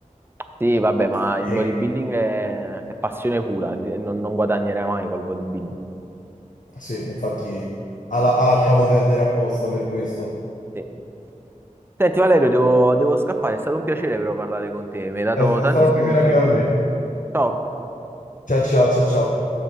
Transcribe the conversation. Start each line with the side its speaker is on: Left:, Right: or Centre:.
Right: Sì, vabbè, ma
Left: E
Right: il bodybuilding è, è passione pura, di- non, non guadagnerai mai col bodybuilding.
Left: sì, infatti ha, la-
Right: Cioè,
Left: ha lasciato perdere apposta per questo.
Right: sì. Senti Valerio, devo, devo scappare, è stato un piacere però parlare con te, mi hai dato
Left: È, è
Right: tanti
Left: stato
Right: spunti.
Left: un piacere anche per me.
Right: Ciao.
Left: Ciao ciao ciao ciao.